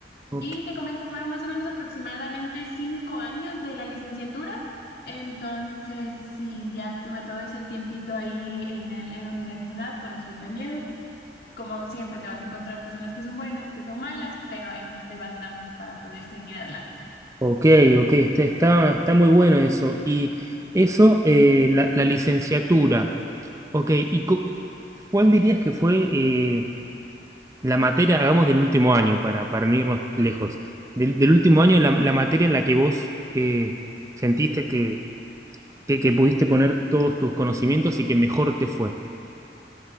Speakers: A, on the right; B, on the left.
A: Ok,
B: Y te comento, fueron más o menos aproximadamente cinco años de la licenciatura, entonces sí, ya tuve todo ese tiempito ahí en el- en la universidad con los compañeros. Como siempre, te vas a encontrar personas que son buenas, que son malas, pero ahí le vas dando para poder seguir adelante.
A: ok, ok, Está, está, está muy bueno eso. Y eso, eh, la, la licenciatura. Ok, ¿y cu- cuál dirías que fue eh, la materia, hagamos del último año, para, para no irnos lejos, del, del último año, la, la materia en la que vos eh, sentiste que, que, que pudiste poner todos tus conocimientos y que mejor te fue?